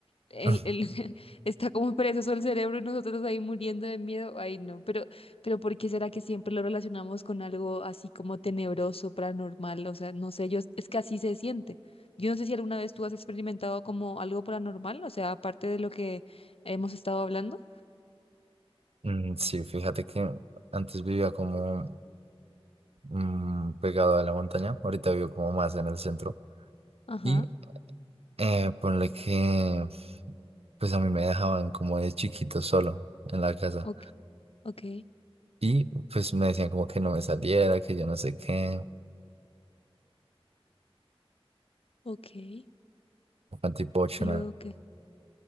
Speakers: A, on the left; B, on the right.
A: el,
B: <laughs>
A: el, <laughs> está como perezoso el cerebro y nosotros ahí muriendo de miedo, ay no, pero, pero ¿por qué será que siempre lo relacionamos con algo así como tenebroso, paranormal? O sea, no sé, yo, es que así se siente. Yo no sé si alguna vez tú has experimentado como algo paranormal, o sea, aparte de lo que hemos estado hablando.
B: Mm, Sí, fíjate que antes vivía como mm, pegado a la montaña. Ahorita vivo como más en el centro.
A: Ajá,
B: Y eh, ponle que, pues a mí me dejaban como de chiquito solo en la casa.
A: ok. ok,
B: Y pues me decían como que no me saliera, que yo no sé qué,
A: ok. ¿Y
B: antipochona.
A: luego qué?